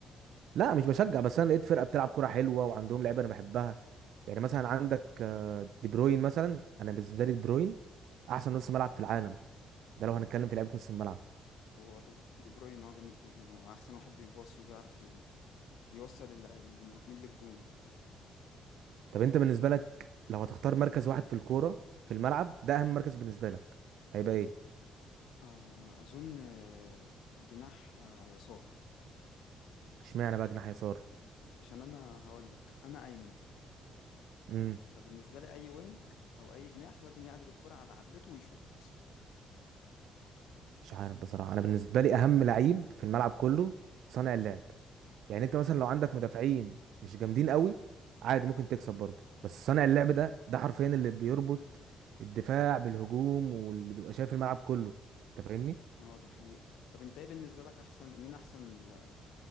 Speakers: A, on the right; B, on the left.
A: لا مش بشجع بس انا لقيت فرقه بتلعب كره حلوه وعندهم لعيبه انا بحبها يعني مثلا عندك آه، دي بروين مثلا انا بالنسبه لي دي بروين احسن نص ملعب في العالم ده لو هنتكلم في لعيبه نص الملعب
B: هو دو دي بروين اه جامد جدا هو احسن واحد بيباصي وبيعرف ي- يوصل الع- المهاجمين للجون
A: طب انت بالنسبه لك لو هتختار مركز واحد في الكوره في الملعب ده اهم مركز بالنسبه لك هيبقى ايه
B: آه اظن آه، جناح آه، يسار
A: اشمعنى بقى جناح يسار
B: عشان انا هقول لك انا ايمن
A: امم
B: فبالنسبة لي أي وينج أو أي جناح لازم يعدل الكرة على عدلته ويشوط
A: مش عارف بصراحه انا بالنسبه لي اهم لعيب في الملعب كله صانع اللعب يعني انت مثلا لو عندك مدافعين مش جامدين قوي عادي ممكن تكسب برضه بس صانع اللعب ده ده حرفيا اللي بيربط الدفاع بالهجوم واللي بيبقى شايف الملعب كله انت فاهمني
B: اه دي حقيقة طب أنت إيه بالنسبة لك أحسن مين أحسن ل-